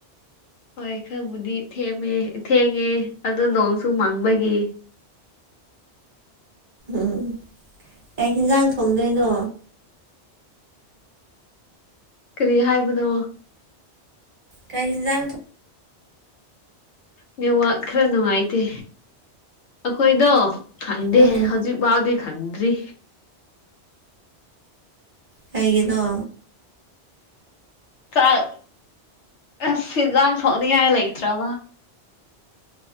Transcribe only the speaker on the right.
ꯎꯝ ꯀꯩ ꯍꯤꯟꯖꯥꯡ ꯊꯣꯡꯗꯣꯏꯅꯣ
ꯀꯩ ꯍꯤꯟꯖꯥꯡ ꯇ
ꯎꯝ
ꯀꯩꯒꯤꯅꯣ